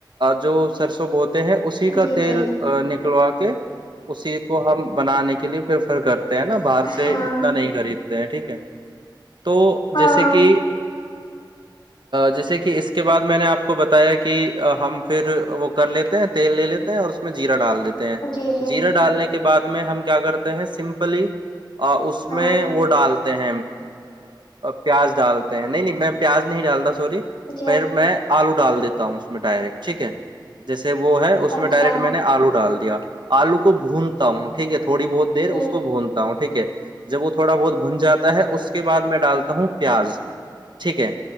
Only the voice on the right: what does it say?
جو سرسو بوتے ہیں اسی کا
تیل
نکلوا کے اسی کو ہم بنانے کی لیے پریفر کرتے ہیں نا باہر سے
اتنا نہیں خرید ٹھیک ہے تو
جیسے کہ جیسے کہ اس کے بعد میں نے آپ کو بتایا کہ ہم پھر وہ کر لیتے ہیں تیل لے لیتے ہیں اور اس میں جیرا ڈال دیتے ہیں
جیرا ڈالنے کے کے بعد میں ہم کیا کرتے ہیں سمپلی اس
میں وہ تے ہیں پیاز ڈالتے ہیں نہیں نہیں میں پیاز نہیں ڈالتا سوری
پھر میں آلو ڈال دیتا ہوں اس میں ڈائریکٹ ٹھیک ہے جیسے وہ ہے اس
میں ڈائریکٹ میں نے آلو ڈال دیا یا آلو کو بھونتا ہوں ٹھیک ہے تو تھوی بہت دیر
اس کو بھونتا ہوںٹیک ہے جب وہ تھوڑا بہت بھن جاتا ہے اس کے بعد میں ڈالتا ہوں پیاز ٹھیک ہے